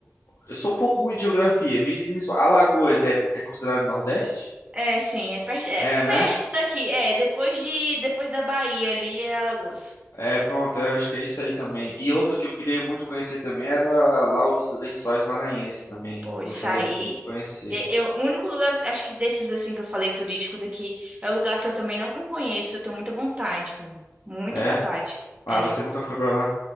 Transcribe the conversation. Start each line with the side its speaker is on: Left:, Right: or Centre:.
Left: Eu sou um pouco ruim de geografia. Me- me- Alagoas é, é considerado Nordeste?
Right: É, sim, é, per é
Left: É, né?
Right: perto daqui. É, depois de depois da Bahia ali é Alagoas.
Left: É, pronto, eu acho que é isso aí também. E outra que eu queria muito conhecer também era lá os Lençóis Maranhenses também.
Right: Pô,
Left: Gostaria
Right: isso aí.
Left: muito de conhecer.
Right: e- Eu, o único lugar, acho que desses assim que eu falei turístico daqui, é o lugar que eu também não conheço. Eu tenho muita vontade, cara. Muita
Left: É?
Right: vontade.
Left: Ah,
Right: É.
Left: você nunca foi pra lá?